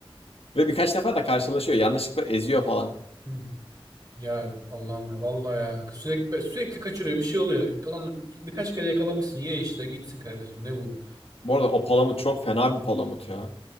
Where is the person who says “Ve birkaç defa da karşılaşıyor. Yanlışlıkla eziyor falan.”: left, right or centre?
Left